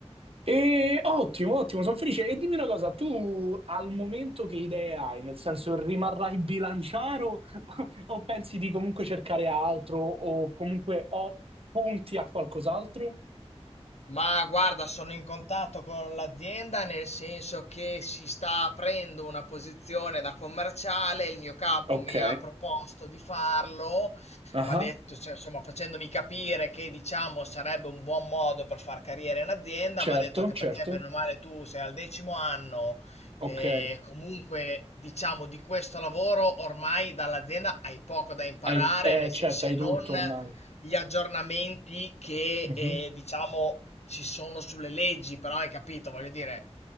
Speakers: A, on the right (about 55°); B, on the left (about 70°).
A: E ottimo, ottimo, sono felice. E dimmi una cosa, tu al momento che idee hai? Nel senso, rimarrai bilanciaro <laughs> o pensi di comunque cercare altro o comunque o punti a qualcos'altro?
B: Ma guarda, sono in contatto con l'azienda nel senso che si sta aprendo una posizione da commerciale, il mio capo
A: Ok,
B: mi ha proposto di farlo,
A: ah,
B: mi ha detto, cioè, insomma, facendomi capire che diciamo sarebbe un buon modo per far carriera in azienda,
A: Certo,
B: mi ha detto anche
A: certo.
B: perché bene o male tu sei al decimo anno
A: Ok,
B: e
A: hai,
B: comunque diciamo di questo lavoro ormai dall'azienda hai poco da imparare,
A: eh,
B: nel
A: certo,
B: sen- se
A: hai
B: non
A: tutto ormai.
B: gli aggiornamenti che
A: Mhm,
B: eh, diciamo ci sono sulle leggi, però hai capito, voglio dire,